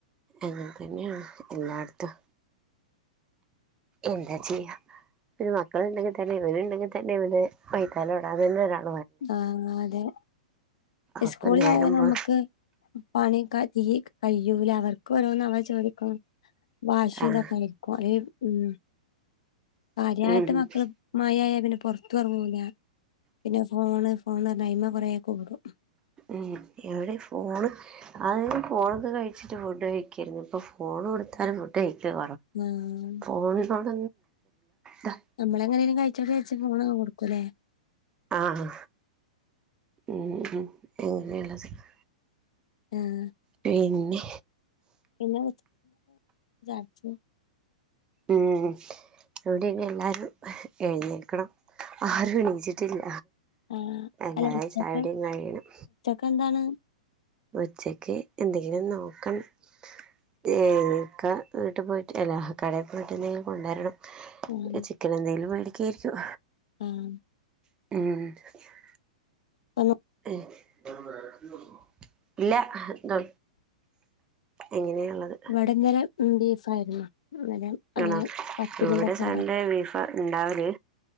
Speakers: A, on the right (about 20°); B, on the left (about 65°).
A: അങ്ങനെ തന്നെയാ എല്ലാട്ത്തും. എന്താ ചെയ്യാ? പിന്നെ മക്കള്ണ്ടെങ്കി തന്നെ ഇവര് ഇണ്ടെങ്കി തന്നെ ഇവലെ <unintelligible>
B: ആഹ് അതെ ഇസ്കൂളിലായ
A: അപ്പൊ നേരം
B: ഞമ്മക്ക്
A: പോ
B: പണിയൊക്ക ഇയ്യ്‌ കഴിയൂല അവർക്ക് ഓരോന്ന് അവർ ചോദിക്കും വാശി
A: ആഹ്
B: ഇതൊക്കെ ആയിരിക്കും ഏഹ് മ്ഹ് കാര്യായിട്ട്
A: ഉം
B: മക്കള് മയയായ പിന്നെ പൊറത്തും എറങ്ങൂല പിന്നെ ഫോണ് ഫോണ് പറഞ്ഞു അയിമ്മേ പൊറകെ കൂടും
A: ഉം എവിടെ ഫോണ് അയ് ഫോണൊക്കെ കഴിച്ചിട്ട് ഫുഡ് കഴിക്കേര്ന്നു ഇപ്പൊ ഫോണ് കൊടുത്താലും ടേസ്റ്റ്
B: ആഹ്
A: കൊറവാ <unintelligible> ദാ
B: നമ്മളെങ്ങനേലും കഴിച്ചോട്ടെ വെച്ച് ഫോണങ്ങ് കൊടുക്കും ല്ലേ
A: ആഹ് മ്ഹ് <unintelligible>
B: ഏഹ്
A: പിന്നെ
B: പിന്നെ <unintelligible>
A: ഉം ഇവിടെ ഇനി എല്ലാരും എഴ്ന്നേൽക്കണം. ആരും എണീച്ചിട്ടില്ല
B: ആഹ്
A: എല്ലാരേം
B: അല്ല ഉച്ചക്ക്
A: ചായ കുടീം കഴിയണം.
B: <unintelligible>
A: ഉച്ചക്ക് എന്തെങ്കിലും നോക്കണം. <unintelligible> വീട്ടി പോയിട്ട് അല്ല കടേ പോയിട്ട് എന്തെങ്കിലും കൊണ്ട് വരണം.
B: ആഹ്
A: ചിക്കൻ എന്തെങ്കിലും മേടിക്കുവാരിക്കും
B: ആഹ്
A: മ്ഹ്
B: <unintelligible>
A: ഏഹ് ഇല്ല ത് ഇങ്ങനേള്ളത്.
B: ഇവിടെന്നലെ ബീഫായിരുന്നു ഇന്നലെ അങ്ങനെ
A: ആണോ
B: പത്തിരിയും
A: ഇവ്ടെ
B: ഇതൊക്കെ
A: സൺ‌ഡേ ബീഫാ ഇണ്ടാവല്